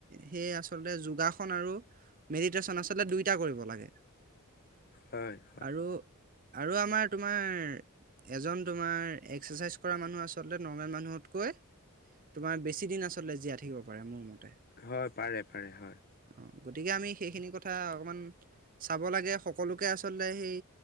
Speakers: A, on the right; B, on the left.
A: সেয়ে আঁচলতে যোগাস ষণ আৰু মেডিটেচন আচলতে দুইটা কৰিব লাগে।
B: হয় হয়
A: আৰু আৰু আমাৰ তোমাৰ এজন তোমাৰ এক্সাৰ্চাইজ কৰা মানুহ আছে আচলতে নৰ্মেল মানুহতকৈ তোমাৰ বেছি দিন আচলতে জীয়াই থাকিব পাৰে মোৰ মতে।
B: হয় পাৰে পাৰে হয়।
A: অ গতিকে আমি সেইখিনি কথা অকমান চাব লাগে সকলোকে আচলতে সেই